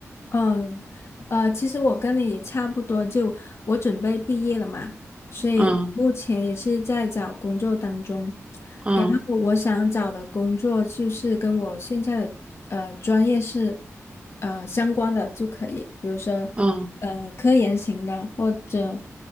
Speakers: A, on the left (about 55°); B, on the right (about 25°).
A: 嗯，呃，其实我跟你也差不多，就我准备毕业了嘛，所以目前也是在找工作当中。
B: 嗯嗯
A: 然后我想找的工作就是跟我现在的呃专业是呃相关的就可以，比如说
B: 嗯
A: 呃科研型的或者